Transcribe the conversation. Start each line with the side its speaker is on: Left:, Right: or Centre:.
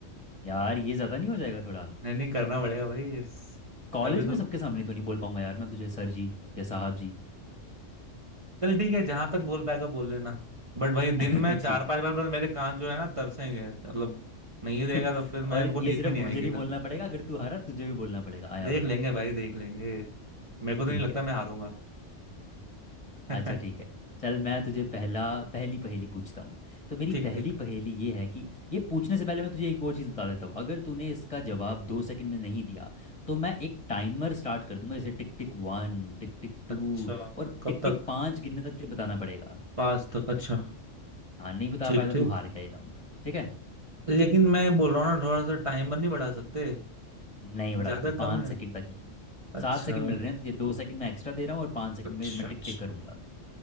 Left: यार ये ज़्यादा नहीं हो जाएगा थोड़ा
Right: नहीं नहीं करना पड़ेगा भाई इस-
Left: कॉलेज
Right: तभी
Left: में
Right: तो
Left: सबके सामने तो नहीं बोल पाऊंगा यार मैं तुझे सर जी या साहब जी
Right: चल ठीक है जहां तक बोल पाएगा बोल लेना बट भाई
Left: <laughs>
Right: दिन में चार
Left: ठीक है
Right: पांच बार बार मेरे कान जो है ना तरसेंगे मतलब नहीं देगा
Left: <laughs>
Right: तो फिर मैं
Left: और
Right: मेरे को नींद
Left: ये सिर्फ
Right: भी नहीं
Left: मुझे
Right: आएगी
Left: नहीं बोलना पड़ेगा अगर तू हारा तुझे भी बोलना पड़ेगा आया
Right: देख
Left: बड़ा
Right: लेंगे भाई देख लेंगे मेरे को तो
Left: ठीक
Right: नहीं लगता
Left: है
Right: मैं हारूंगा <laughs>
Left: अच्छा ठीक है चल मैं तुझे पहला पहली पहेली पूछता हूँ तो मेरी
Right: ठीक
Left: पहली
Right: ठीक
Left: पहेली ये है कि ये पूछने से पहले मैं तुझे एक और चीज़ बता देता हूँ अगर तूने इसका जवाब दो सेकंड में नहीं दिया तो मैं एक टाइमर स्टार्ट कर दूंगा जैसे tick tick one tick tick two
Right: अच्छा
Left: और
Right: कब
Left: टिक टिक
Right: तक
Left: पाँच गिनने तक तुझे बताना पड़ेगा
Right: पाँच तक अच्छा
Left: हाँ नहीं बता
Right: ठीक
Left: पाया तो
Right: ठीक
Left: तू हार गया ये राउंड ठीक है
Right: लेकिन मैं बोल रहा हूँ ना थोड़ा सा टाइमर नहीं बढ़ा सकते
Left: नहीं बता
Right: ज्यादा
Left: सकते पाँच
Right: कम नहीं
Left: सेकंड तक ही
Right: अच्छा
Left: सात सेकंड मिल रहे हैं तुझे दो सेकंड मैं एक्स्ट्रा दे रहा हूँ और पाँच सेकंड
Right: अच्छा
Left: में मैं टिक
Right: अच्छा
Left: टिक करूंगा